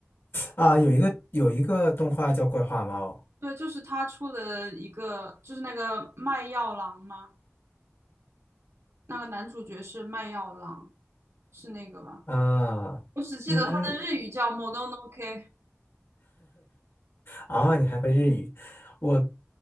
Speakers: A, on the left; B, on the right.
A: 啊。有一个有一个动画叫《怪话猫》
B: 对，就是他出了一个，就是那个卖药郎吗？那个男主角是卖药郎，是那个吧？
A: 啊，
B: 我只记得他的日语叫
A: 嗯
B: m o n o n o k
A: 啊，你还会日语？我